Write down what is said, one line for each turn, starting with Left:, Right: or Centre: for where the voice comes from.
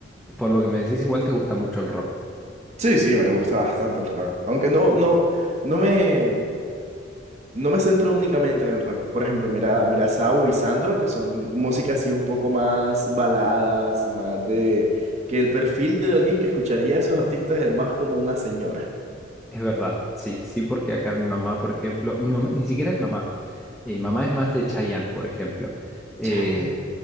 Centre: Por lo que me decís, igual te gusta mucho el rock.
Right: Sí, sí, me gusta bastante el rock. Aunque no, no, no me, no me centro únicamente en el rock. Por ejemplo, mira, mira Sau y Sandro, que son música así un poco más baladas, más de que el perfil de alguien que escucharía a esos artistas es más como una señora.
Centre: Es verdad, sí, sí, porque acá mi mamá, por ejemplo, mi mamá, ni siquiera mi mamá, eh, mi mamá es más de Chayanne, por ejemplo. Eh,
Right: Chayanne.